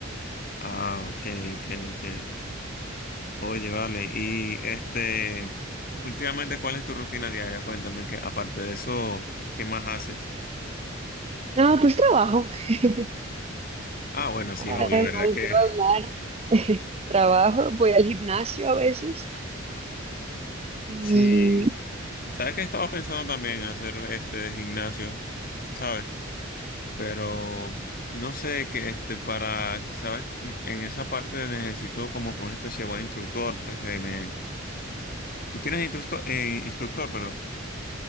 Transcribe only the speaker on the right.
No, pues trabajo. <laughs>
Además
de bailar,
<laughs> trabajo, voy al gimnasio a veces. Y